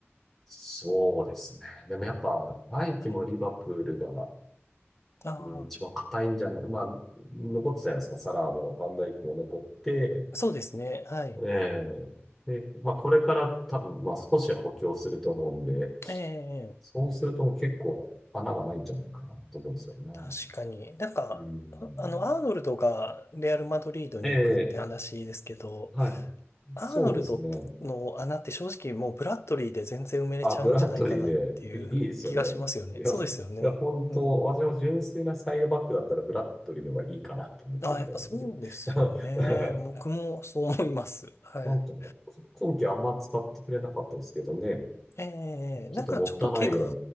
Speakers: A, in the centre; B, on the left.
A: そうですね。でもやっぱ、来季もリバプールが、
B: はい。ああ、
A: うん、一番硬いんじゃない、まあ、残ったじゃないですか。サラーもファンダイクも残って、
B: そうですね。はい。
A: ええで、まあ、これから多分、まあ、少しは補強すると思うんで、
B: ええ、
A: そうするともう結構穴がないんじゃないかなと思うんですよね。
B: 確かに。なんか、
A: うん。
B: ああの、アーノルドがレアル・マドリードに行くって話ですけど、
A: ええはい。
B: アーノルドの穴って正直もうブラッドリーで全然埋めれちゃうんじゃないかなっていう気がしますよね。
A: そうですね。あ、ブラッドリーで、い <laughs> いいですよね。いや、
B: そうですよね。
A: そういや、本当、
B: うん。
A: 私も純粋なサイドバックだったらブラッドリーの方がいいかなと思ってるぐらいなんで。
B: あ、やっぱそうですよね。
A: <laughs>
B: 僕もそう思います。はい。
A: なんか、こ今季あんま使ってくれなかったですけどね。
B: えー、
A: ちょっともったいないぐらい。
B: なんかちょっと怪我、